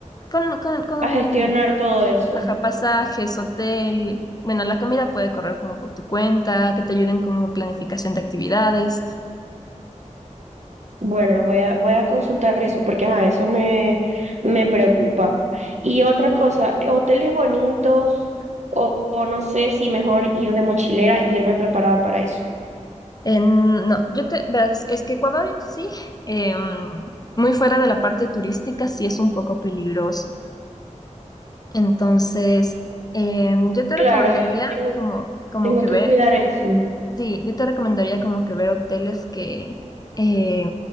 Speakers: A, on the left (about 30°); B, on the right (about 65°).
A: con, con, con
B: a gestionar todo eso.
A: Ajá, pasajes, hotel. Bueno, la comida puede correr como por tu cuenta, que te ayuden con planificación de actividades.
B: Bueno, voy a, voy a consultar eso porque ajá, eso me, me preocupa. Y otra cosa, eh, hoteles bonitos, o, o no sé si mejor ir de mochilera y irme preparada para eso.
A: En- no, yo te, verás, es que Ecuador en sí, em, muy fuera de la parte turística, sí es un poco peligroso. Entonces, em, yo te
B: Claro,
A: recomendaría
B: eh, tengo,
A: como, como
B: tengo
A: que
B: que
A: ver
B: cuidar eso.
A: Sí, yo te recomendaría como que ver hoteles que... eh,